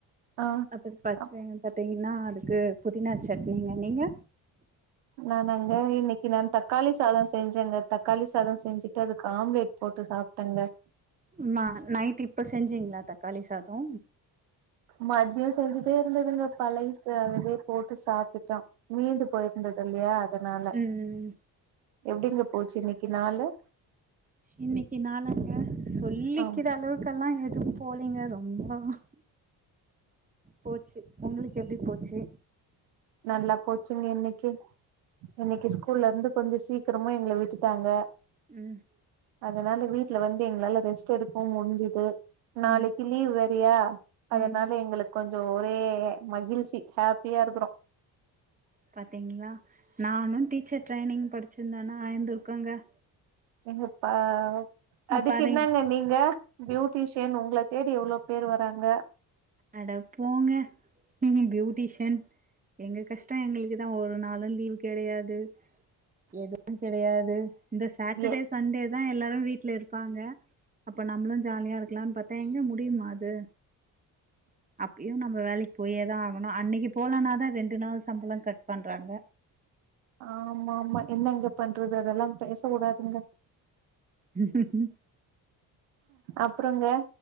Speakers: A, on the right (about 85°); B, on the right (about 15°).
A: ஆ
B: அதுக் பச்வே
A: அப்
B: பாத்தீங்கன்னா அதுக்கு புதினா சட்னிங்க நீங்க
A: நா வந்து இன்னிக்கி நா தக்காளி சாத செஞ்சேங்க தக்காளி சாத செஞ்சி முட்டருக்கு ஆம்லெட் போட்டு சாப்டங்க
B: ம் ஆ நைட் இப்ப செஞ்சிங்ளா தக்காளி சாதோ
A: மதியோ செஞ்சதே இருந்துதுங்க பழைசு அதுவே போட்டு சாப்பிட்டோ மீந்து போயிருந்தது இல்லையா அதனால
B: ம்
A: எப்டிங்க போச்சி இன்னிக்கி நாளு
B: இன்னிக்கி நாளங்க சொல்லிக்கிற
A: ஆ
B: அளவுக் அதுக்கெல்லா எதுக் போறீங்க ரொம்பவு போச்சு உங்களுக்கு எப்டி போச்சு
A: நல்லா போச்சுங்க இன்னைக்கி இன்னிக்கி ஸ்கூல்ல இருந்து கொஞ்ச சீக்கிரமா எங்கள விட்டுட்டாங்க
B: ம்
A: அதனால வீட்ல வந்து எங்ளால ரெஸ்ட்டு எடுக்கவு முடிஞ்சிது நாளைக்கு
B: ம்
A: லீவ் வேறயா அதனால
B: ம்
A: எங்களுக்கு கொஞ்ச ஒரே மகிழ்ச்சி ஹாப்பியா இருக்கிறோ
B: பாத்தீங்ளா நானு டீச்சர் ட்ரைனிங் படிச்சிருந்தேனா அய்ந்துருக்கோங்க
A: எங்கப்பா அதுக்கு
B: பாருங்
A: என்னாங்க நீங்க பியூட்டிஷியன் உங்ள தேடி எவ்ளோ பேரு வராங்க
B: அட போங்க ம் பியூட்டிஷன் எங்க கஷ்ட எங்ளுக்குதா ஒரு நாளு லீவு கிடையாது எதுவு கிடையாது இந்த சாட்டர்டே
A: ஏ
B: சண்டே தா எல்லாரு வீட்ல இருப்பாங்க அப்ப நம்புளு ஜாலியா இருக்கலான் பாத்தா எங்க முடியுமா அது அப்யு நம்ம வேலைக்கு போயே தா ஆகணு அன்னைக்கு போலனா தா ரெண்டு நாள் சம்பள கட் பண்றாங்க
A: ஆமா ஆமா என்னங்க பண்றது அதெல்லா பேச கூடாதுங்க
B: <unintelligible>
A: அப்றோங்க